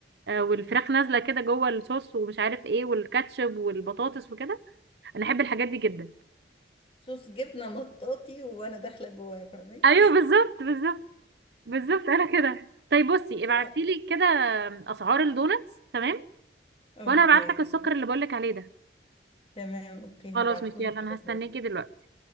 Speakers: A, on the right (about 65°); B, on the left (about 30°).
A: آه، والفراخ نازله كده جوه الصوص ومش عارف ايه والكاتشب والبطاطس وكده انا احب الحاجات دي جدا
B: صوص جبنة مطاطي وانا داخلة جواه فاهمك
A: ايوه بالظبط بالظبط بالظبط انا كده طيب بصي
B: آه.
A: ابعتي لي كده اسعار الدونتس تمام
B: اوكي
A: وانا هبعت لك السكر اللي بقول لك عليه ده
B: تمام اوكي
A: خلاص
B: هبعتهولك
A: ماشي يلا انا
B: على
A: هستناكي
B: طول
A: دلوقتي